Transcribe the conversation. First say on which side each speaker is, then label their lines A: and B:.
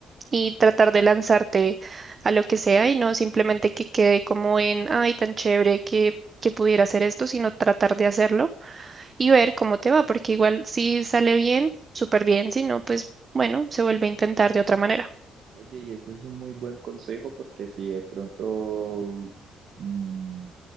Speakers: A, on the right (about 35°); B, on the right (about 65°).
A: y tratar de lanzarte a lo que sea y no simplemente que quede como en, ay, tan chévere que, que pudiera hacer esto, sino tratar de hacerlo y ver cómo te va, porque igual si sale bien, súper bien, si no, pues bueno, se vuelve a intentar de otra manera.
B: Oye, y ese es un muy buen consejo porque si de pronto mm,